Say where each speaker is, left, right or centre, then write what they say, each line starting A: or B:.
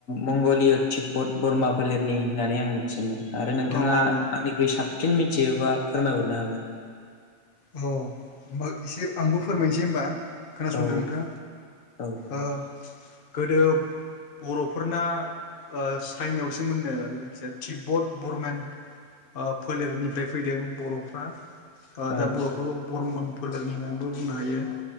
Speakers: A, on the left; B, on the left.
A: मंगलिय तिब्बत बरमा फोलेरनि होननानै आं मिथियोमोन आरो नोंथाङा
B: औ औ औ
A: आंनिख्रुइ साब फिन मिथियोबा फोरमायहरनो हागोन।
B: औ होमबा एसे आंबो फोरमायसै होनबा। खोनासंदो
A: औ
B: नोंथां
A: औ
B: ओ गोदो बर'फोरना ओ चाइनायावसो मोननो जेखि ओ तिब्बथ बरमेन ओ फोलेरनिफ्राय फैदों बर'फ्रा ओ
A: औ
B: दा बर' बरमन फोलेरनि होननानैबो बुंनो हायो।